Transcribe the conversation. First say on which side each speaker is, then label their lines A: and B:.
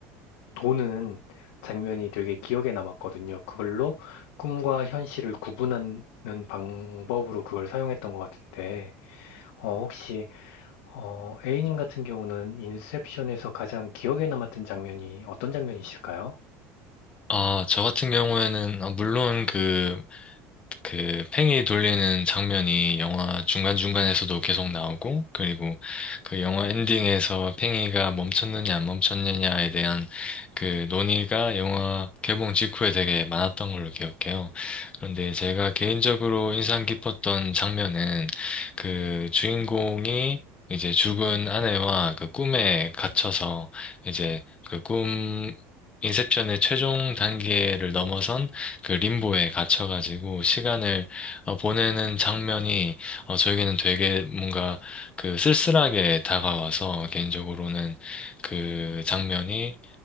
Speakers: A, on the left; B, on the left.
A: 도는 장면이 되게 기억에 남았거든요. 그걸로 꿈과 현실을 구분하는 방법으로 그걸 사용했던 것 같은데, 어, 혹시 어, A님 같은 경우는 인셉션에서 가장 기억에 남았던 장면이 어떤 장면이실까요?
B: 아, 저 같은 경우에는, 어, 물론 그, 그 팽이 돌리는 장면이 영화 중간중간에서도 계속 나오고, 그리고 그 영화 엔딩에서 팽이가 멈췄느냐 안 멈췄느냐에 대한 그 논의가 영화 개봉 직후에 되게 많았던 걸로 기억해요. 그런데 제가 개인적으로 인상 깊었던 장면은 그 주인공이 이제 죽은 아내와 그 꿈에 갇혀서 이제 그 꿈, 인셉션의 최종 단계를 넘어선 그 림보에 갇혀가지고 시간을 어, 보내는 장면이 어, 저에게는 되게 뭔가 그 쓸쓸하게 다가와서 개인적으로는 그 장면이